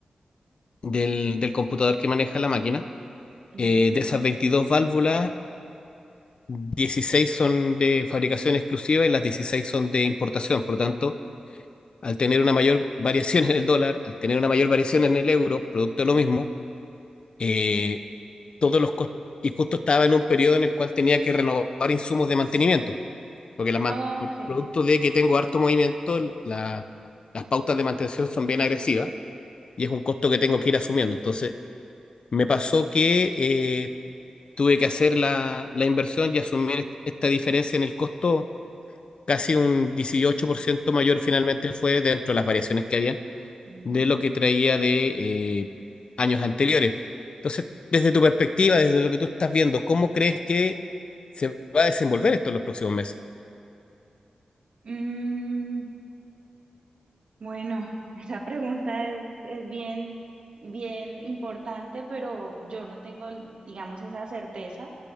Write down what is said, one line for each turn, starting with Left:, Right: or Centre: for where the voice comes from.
Left: del, del computador que maneja la máquina.
Right: Ujú.
Left: Eh, de esas 22 válvulas, 16 son de fabricación exclusiva y las 16 son de importación. Por lo tanto, al tener una mayor variación en el dólar, al tener una mayor variación en el euro, producto de lo mismo, eh, todos los costos, y justo estaba en un periodo en el cual tenía que renovar insumos de mantenimiento, porque las man-
Right: Ok.
Left: por producto de que tengo harto movimiento, la- las pautas de mantención son bien agresivas y es un costo que tengo que ir asumiendo. Entonces, me pasó que eh, tuve que hacer la, la inversión y asumir est- esta diferencia en el costo, casi un 18% mayor finalmente fue dentro de las variaciones que habían
Right: Ujú.
Left: de lo que traía de eh, años anteriores. Entonces, desde tu perspectiva, desde lo que tú estás viendo, ¿cómo crees que se va a desenvolver esto en los próximos meses?
Right: Mm, Bueno, <laughs> esa pregunta es, es bien, bien importante, pero yo no tengo, digamos, esa certeza.